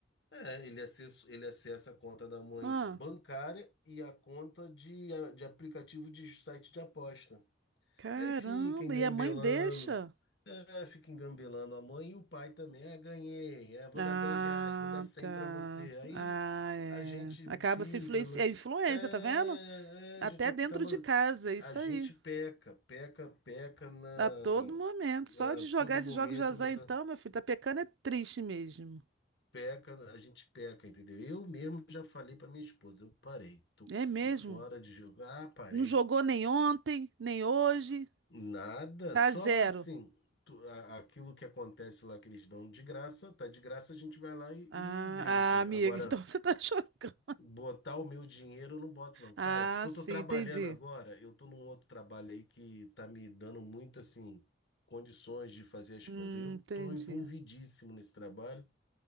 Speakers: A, on the left; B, on the right.
A: É, ele acessa, ele acessa a conta da mãe
B: Ah,
A: bancária e a conta de, de aplicativo de site de aposta.
B: caramba.
A: Aí fica engambelando.
B: E a mãe deixa?
A: É, fica engambelando a mãe e o pai também. É, ganhei. É, vou
B: Ah,
A: dar 10 reais, vou dar 100
B: tá.
A: para você. Aí
B: Ah, é.
A: a gente
B: Acaba
A: fica,
B: se influencia.
A: né?
B: É influência,
A: É,
B: tá vendo? Até
A: é, a gente acaba.
B: dentro de casa, é
A: A
B: isso
A: gente
B: aí.
A: peca, peca, peca na,
B: A todo momento.
A: na
B: Só de jogar
A: todo
B: esses
A: momento,
B: jogos de azar,
A: na,
B: então, meu filho, tá pecando é triste mesmo.
A: peca, a gente peca, entendeu? Eu mesmo já falei para minha esposa, eu parei, tô
B: É
A: fo-
B: mesmo?
A: fora de jogo. Ah, parei.
B: Não jogou nem ontem, nem hoje.
A: Nada,
B: Tá
A: só
B: zero.
A: assim, tu- a- aquilo que acontece lá que eles dão de graça, tá de graça, a gente vai lá e,
B: Ah,
A: e brinca.
B: ah, amiga,
A: Agora,
B: <laughs> então você tá jogando.
A: botar o meu dinheiro eu não boto não.
B: Ah,
A: Cara, é porque eu
B: sim,
A: tô trabalhando
B: entendi.
A: agora, eu tô num outro trabalho aí que tá me dando muito assim condições de fazer as
B: Hum,
A: coisas. Eu
B: entendi.
A: tô envolvidíssimo nesse trabalho